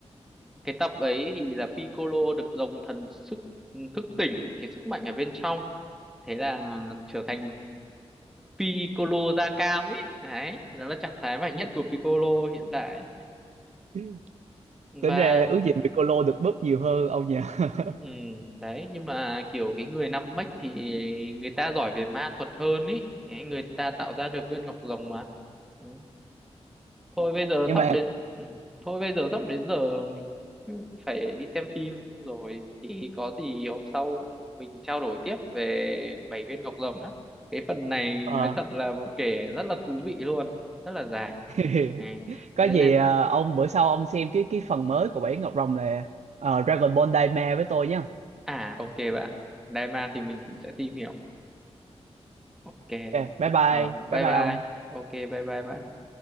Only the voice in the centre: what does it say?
cái tập ấy thì là Piccolo được dòng thần sức thức tỉnh cái sức mạnh ở bên trong thế là trở thành Piccolo da cam ấy đấy đó là trạng thái mạnh nhất của Piccolo hiện tại
và
ừ, đấy nhưng mà kiểu cái người năm mech thì người ta giỏi về ma thuật hơn ấy đấy, người ta tạo ra được viên ngọc rồng mà ừ. thôi bây giờ
sắp
đến ừ. thôi bây giờ sắp đến giờ mình phải đi xem phim rồi thì có gì hôm sau mình trao đổi tiếp về bảy viên ngọc rồng đó cái phần này
nói thật là mà kể rất là thú vị luôn rất là dài
À,
thế
nên
à ok bạn. Đài ma thì mình cũng sẽ tìm hiểu. Ok.
Ờ, bye
bye.
Ok bye bye bạn.